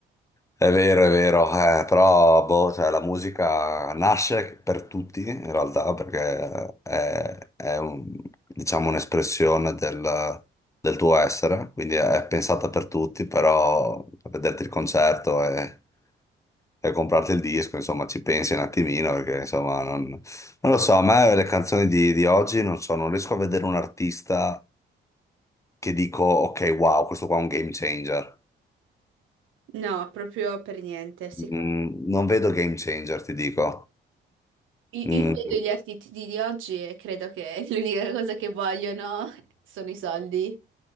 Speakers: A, on the left; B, on the right.
A: è vero, è vero, eh, però boh, cioè, la musica nasce per tutti in realtà perché è, è un- diciamo, un'espressione del, del tuo essere, quindi è pensata per tutti, però a vederti il concerto e, e comprarti il disco, insomma, ci pensi un attimino perché insomma non, non lo so, a me le canzoni di, di oggi non so, non riesco a vedere un artista che dico, ok, wow, questo qua è un game changer.
B: No, proprio per niente. Secondo...
A: Mm, non vedo game changer, ti dico.
B: I-
A: Mm,
B: Io vedo gli artisti di oggi e credo che <laughs> l'unica cosa che vogliono sono i soldi.